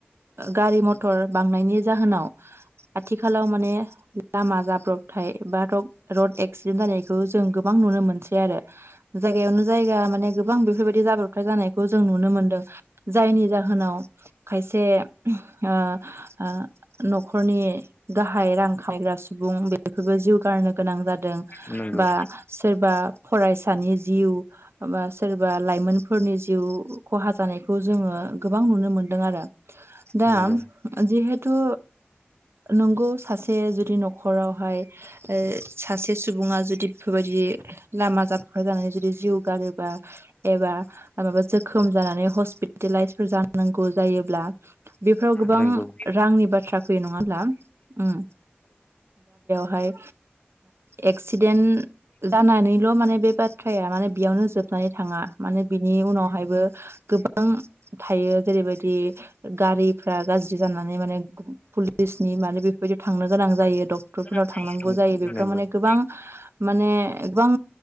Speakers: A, on the right; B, on the left.
A: गारि मथर बांनायनि जाहोनाव आथिखालाव माने लामा जाब्रब थाय बा रड रड एक्सिडेन्ट जानायखौ जों गोबां नुनो मोनसै आरो। जायगायावनो जायगा माने गोबां बेफोरबायदि जाब्रबथाय जानायखौ जों नुनो मोनदों। जायनि जाहोनाव खायसे ओ ओ न'खरनि गाहाय रां खामायग्रा सुबुं बे बेफोरबो जिउ गारनो गोनां जादों
B: नंगौ
A: बा सोरबा फरायसानि जिउ बा सोरबा लाइमोनफोरनि जिउ खहा जानायखौ जोङो गोबां नुनो मोनदों आरो दा
B: नंगौ नंगौ
A: जिहेथु नोंगौ सासे जुदि न'खराव हाय सासे सुबुङा जुदि बेफोरबायदि लामा जाब्रबथाय जानानै जुदि जिउ गारोबा एबा माबा जोखोम जानानै हस्पिटलाइसफोर जांगौ जायोब्ला बेफोराव गोबां
B: नंगौ
A: रांनि बाथ्रा नङा होमब्ला उम। हाय एक्सिडेन्ट जानानैल' माने बे बाथ्राया माने बेयावनो जोबनानै थाङा माने बिनि उनावहायबो गोबां थायो जेरैबायदि गारिफ्रा गाज्रि जानानै माने पुलिसनि माने बेफोरबायदि थांनो गोनां जायो डक्टर फोराव
B: थारैनो
A: थांनांगौ जायो बेफोराव
B: नंगौ
A: माने गोबां माने गोबां